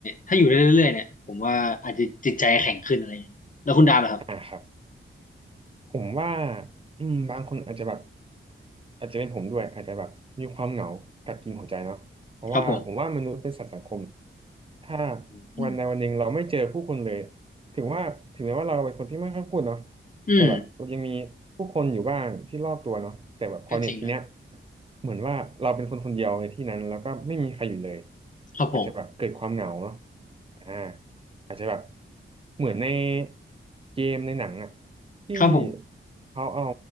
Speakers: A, on the left; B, on the right.
A: ถ้าอยู่ได้เรื่อยๆเนี่ยผมว่าอาจจะจิตใจแข็งขึ้นอะไรอย่างเงี้ยแล้วคุณดาบล่ะครับ
B: อ่าครับผมว่าอืมบางคนอาจจะแบบ อาจจะเป็นผมด้วยอาจจะแบบมีความเหงากัดกินหัวใจเนาะเพราะว่าผมว่ามนุษย์เป็นสัตว์สังคม
A: ครับผม
B: ถ้า
A: อืม
B: วันใดวันหนึ่งเราไม่เจอผู้คนเลยถึงว่าถึงแม้ว่าเราเป็นคนที่ไม่ค่อยพูดเนาะ
A: อืม
B: แต่แบบเรายังมีผู้คนอยู่บ้างที่รอบตัวเนาะแต่แบบพอเนี่ยทีเนี้ย
A: ก็จริงนะ
B: เหมือนว่าเราเป็นคนคนเดียวในที่นั้นแล้วก็ไม่มีใครอยู่เลย
A: ครับผม
B: อาจจะแบบเกิดความเหงาเนาะอ่า อาจจะแบบเหมือนในเกมในหนังอ่ะที่
A: ครับผม
B: เขาเอา